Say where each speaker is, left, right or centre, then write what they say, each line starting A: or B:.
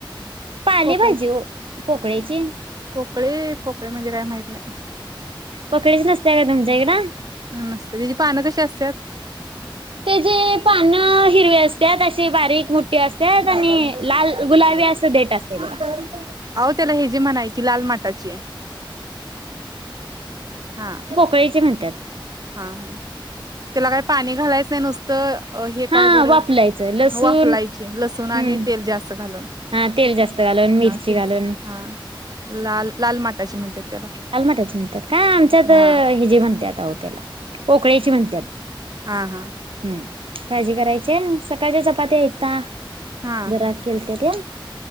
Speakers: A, on the right; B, on the right.
A: पाले
B: पोकळे
A: भाजी ओ पोकळ्या ची.
B: पोकळे पोकळे म्हणजे काय माहित नाही.
A: पोकळ्याची नसत्या काय तुमच्या इकडं?
B: नसते त्याची पानं कशी असत्यात?
A: ते जे पान हिरवी असत्यात अशी बारीक मोठी असत्यात आणि लाल गुलाबी असं देट <unintelligible>
B: आओ त्याला हे जी म्हणायची लाल माटाची हा.
A: कळीची म्हणत्यात.
B: हा हा त्याला काय पाणी घालायचं नाही नुसतं अ हे
A: हा
B: काय बरं
A: वापलायचं लसूण
B: वाफलायचे लसूण आणि
A: हम्म
B: तेल जास्त घालून.
A: हा तेल जास्त घालून मिरची
B: हा तेच
A: घालून.
B: हा लाल लाल माटाची म्हणात्यात त्याला.
A: लालमाटाची म्हणत्यात काय आमच्यात
B: हा
A: हे जे म्हणत्यात आओ त्याला पोकळ्याची म्हणत्यात.
B: हा हां.
A: हम्म काळजी करायची सकाळच्या चपात्या हायता
B: हां.
A: जरा केलत्यात्या